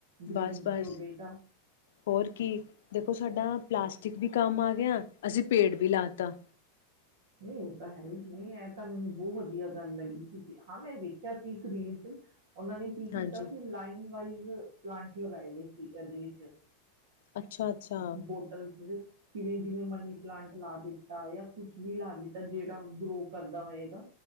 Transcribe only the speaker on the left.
ਬਸ ਬਸ
ਹੋਰ ਕੀ ਦੇਖੋ ਸਾਡਾ ਪਲਾਸ ਟਿਕ ਵੀ ਕੰਮ ਆ ਗਿਆ ਅਸੀਂ ਪੇੜ ਵੀ ਲਾਤਾ
ਹਾਂਜੀ
ਅੱਛਾ-ਅੱਛਾ,